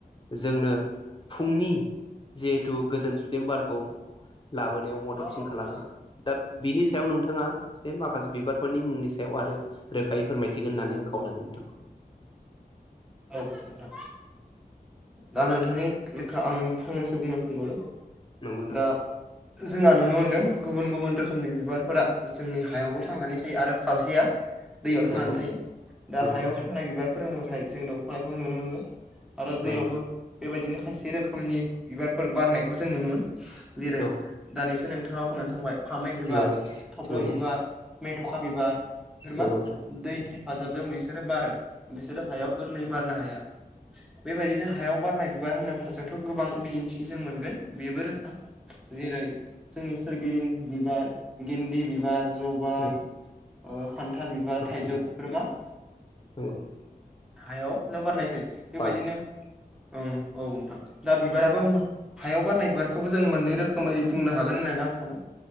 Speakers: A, on the left; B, in the centre.
A: जोंनो फुंनि जिहेथु गोजोन सुदेम बारखौ लाबोनायाव मददसिन
B: औ नोंथां
A: खालामो। दा बिनि सायाव नोंथाङा बे माखासे बिबारफोरनि मुंनि सायाव आरो रोखायै फोरमायथिगोन होननानै आं खावलायबाय नोंथां।
B: औ नोंथां। दा नोंथांनि लेखा आं फंनैसो बुंनो सानबावदों
A: नंगौ नोंथां
B: दा जोंहा नुनो मोनदों गुबुन गुबुन रोखोमनि बिबारफोरा जोंनि हायावबो थांनानै थायो आरो खावसेया दैयाव थांनानै
A: नंगौ
B: थायो दा
A: नंगौ
B: हायाव थांनाय बिबार फोरा नाथाय जों दंफां लाइफां नुनो मोनगोन। आरो दैयावबो
A: नंगौ
B: बेबायदिनो खायसे रोखोमनि बिबारफोर बारनायखौ जों नुनो मोन जेरै
A: औ
B: दानिसो नोंथाङा बुंनानै थांबाय फामे बिबार
A: नंगौ
B: थब्ल'
A: नंगौ
B: बिबार मेथ'खा बिबार बेफोर
A: नंगौ
B: मा
A: नंगौ नोंथां नंगौ
B: दैनि हेफाजाबजों बिसोरो बारो बिसोरो हायाव गोरलै बारनो हाया बेबायदिनो हायाव बारनाय बिबार होनोबाथ' जोंथ' गोबां बिदिन्थि थि जों मोनगोन बेबो रोखा जेरै जोंनि सोरगिदिं बिबार गेन्दि बिबार जबा
A: नंगौ
B: ओ खान्थाल बिबार थाइजौ
A: नंगौ
B: बेफोर मा
A: <unintelligible>
B: हायावनो बारनाय जायो बेबायदिनो
A: बार
B: ओं औ नोंथां दा बिबाराबो हायाव बारनाय बिबारखौबो जों मोननै रोखोमै बुंनो हागोन होननानै आं सानो